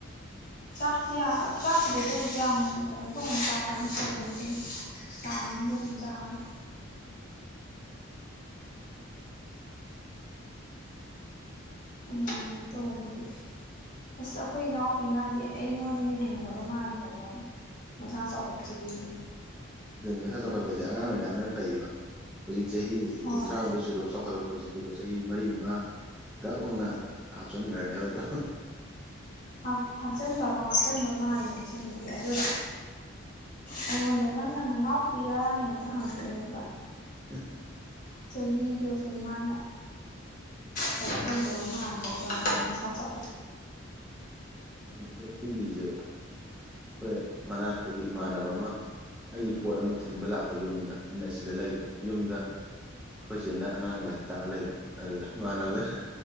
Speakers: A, on the left; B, in the centre.
A: ꯆꯥꯛꯇꯤꯑ ꯆꯥꯛꯄꯨꯗꯗꯗꯤ ꯌꯥꯝ ꯀꯩꯅꯣ ꯇꯧꯅ ꯆꯥꯕ ꯅꯥꯠꯇꯕꯅꯤ ꯑꯗꯨꯕꯨ ꯆꯥꯡ ꯑꯝꯗ ꯑꯗꯨꯝ ꯆꯥꯕ ꯑꯗꯨꯃꯥꯏꯅ ꯇꯧꯕꯒꯤ ꯑꯁ ꯑꯩꯈꯣꯏ ꯏꯅꯥꯎꯄꯤ ꯅꯗꯤ ꯑꯩꯉꯣꯟꯗꯒꯤ ꯍꯟꯕꯒ ꯃꯥꯟꯕ ꯀꯣ ꯃꯁꯥ ꯆꯥꯎꯈꯠꯈꯤꯕꯒꯤ
B: ꯑꯗꯨꯅꯤ ꯃꯁꯥ ꯆꯥꯎꯈꯠꯄꯁꯦ ꯑꯉꯥꯡ ꯑꯣꯏꯔꯀꯥꯟꯗꯅ ꯐꯩꯑꯦꯕ ꯍꯧꯖꯤꯛ ꯆꯍꯤ
A: ꯍꯣꯏ
B: ꯀꯨꯟꯊ꯭ꯔꯥ ꯃꯨꯛꯀ ꯁꯨꯔ ꯆꯥꯎꯈꯠꯂꯛ ꯍꯧꯖꯤꯛꯇꯤꯀꯣ ꯆꯍꯤ ꯃꯔꯤ ꯃꯉꯥ ꯒꯛ ꯂꯥꯎꯅ ꯍꯥꯞꯆꯤꯟꯈ꯭ꯔꯅꯦꯕ ꯑꯗꯣ
A: ꯍꯥꯞ ꯍꯥꯞꯆꯤꯟꯕꯕꯨ ꯍꯥꯞꯆꯤꯟꯕ ꯃꯥꯜꯂꯤꯅꯦ ꯑꯁꯦꯡꯕꯒꯤ ꯑꯗꯨ ꯑꯩꯉꯣꯟꯗ ꯅꯪꯅ ꯅꯅꯥꯎꯄꯤꯔꯅ ꯍꯦꯛꯇ ꯍꯪꯉꯛꯇꯣꯏꯅꯦꯕ
B: ꯍꯦꯍꯦ
A: ꯆꯍꯤꯗꯨꯁꯨ ꯃꯥꯅ ꯀꯩꯅꯣ ꯇꯧꯗꯕꯩ ꯃꯥꯟꯕꯩꯅꯦ ꯍꯥꯏꯕ ꯃꯁꯥ ꯆꯥꯎ
B: ꯍꯦꯍꯦ ꯑꯩꯒꯤꯁꯨ ꯈꯣꯏ ꯃꯅꯥꯛꯇꯒ ꯏꯃꯥꯟꯅꯕ ꯑꯃ ꯑꯩꯒꯤ ꯄꯣꯠ ꯑꯃ ꯊꯤꯟꯕ ꯂꯥꯛꯄ ꯌꯨꯝꯗ ꯑꯩꯅ ꯁꯤꯗ ꯂꯩꯕ ꯌꯨꯝꯗ ꯑꯈꯣꯏ ꯆꯦꯅ ꯑꯉꯥꯡ ꯂꯥꯏꯔꯤꯛ ꯇꯥꯛꯑ ꯂꯩꯕ ꯑꯗꯨꯗ ꯏꯃꯥꯟꯅꯕꯗꯨꯅ